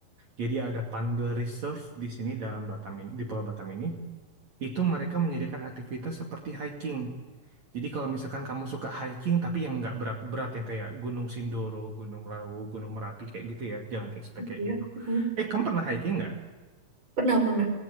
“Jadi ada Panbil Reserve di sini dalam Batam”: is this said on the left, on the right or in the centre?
Right